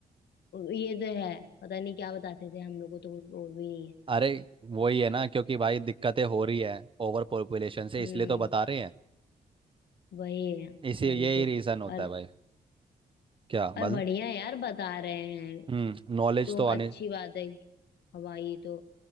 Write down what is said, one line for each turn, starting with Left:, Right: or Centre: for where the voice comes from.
Left: ये तो है पता नहीं क्या बताते थे हम लोग को तो कुछ वो भी नहीं है
Right: अरे वही है ना क्योंकि भाई दिक्कतें हो रही है ओवर पॉपुलेशन से
Left: हम्म
Right: इसलिए तो बता रहे हैं
Left: वही है
Right: इसी
Left: वही
Right: यही
Left: तो
Right: रीजन होता
Left: और
Right: है भाई क्या मतलब
Left: और बढ़िया है यार बता रहे हैं
Right: हम्म नॉलेज
Left: तो
Right: तो
Left: अच्छी
Right: आने
Left: बात है हमारी तो